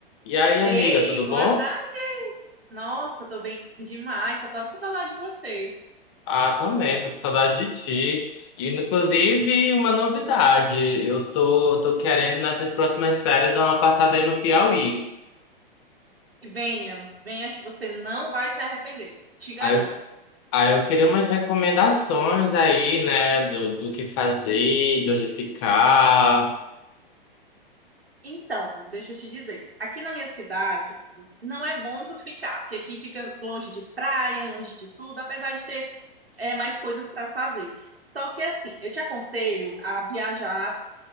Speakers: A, on the left; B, on the right.
A: E aí, amiga,
B: Ei,
A: tudo
B: boa
A: bom?
B: tarde. Nossa, tô bem demais. Só tava com saudade de você.
A: Ah, também, tô com saudade de ti. E, inclusive, uma novidade, eu tô, tô querendo, nessas próximas férias, dar uma passada aí no Piauí.
B: E venha, venha que você não vai se arrepender. Te garanto.
A: Aí, eu- aí eu queria umas recomendações aí, né, do, do que fazer, de onde ficar.
B: Então, deixa eu te dizer. Aqui na minha cidade, não é bom tu ficar, porque aqui fica longe de praia, longe de tudo, apesar de ter é, mais coisas para fazer. Só que assim, eu te aconselho a viajar